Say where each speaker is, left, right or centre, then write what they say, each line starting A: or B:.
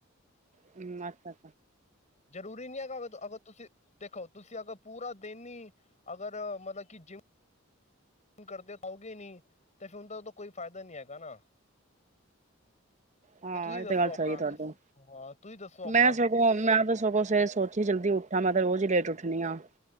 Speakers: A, on the right; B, on the left.
A: ਕਿਨਾਂ ਕ
B: ਜ਼ਰੂਰੀ ਨੀ ਹੈਗਾ ਅਗ ਅਗਰ ਤੁਸੀਂ ਦੇਖੋ ਤੁਸੀਂ ਅਗਰ ਪੂਰਾ ਦਿਨੀ ਅਗਰ ਮਤਲਬ ਕਿ ਜਿੰਮ ਕਰਦੇ ਆਉਗੇ ਨਹੀਂ ਤੇ ਫਿਰ ਉਹਦਾ ਤਾਂ ਕੋਈ ਫਾਇਦਾ ਨਹੀਂ ਹੈਗਾ ਨਾ
A: ਹਾਂ
B: ਤੁਸੀਂ
A: ਇਹ
B: ਦੱਸੋ
A: ਤੇ ਗੱਲ
B: ਆਪਣਾ
A: ਸਹੀ ਏ, ਤੁਹਾਡੀ
B: ਤੁਸ ਹਾਂ ਤੁਸੀਂ ਦੱਸੋ ਆਪਣਾ
A: ਮੈਂ ਸਗੋਂ ਮੈਂ ਤਾਂ ਸਗੋਂ ਸਵੇਰੇ ਸੋਚੀ ਜਲਦੀ ਉੱਠਾ ਮੈਂ ਤੇ ਰੋਜ਼ ਹੀ ਲੇਟ ਉੱਠ ਦੀਆਂ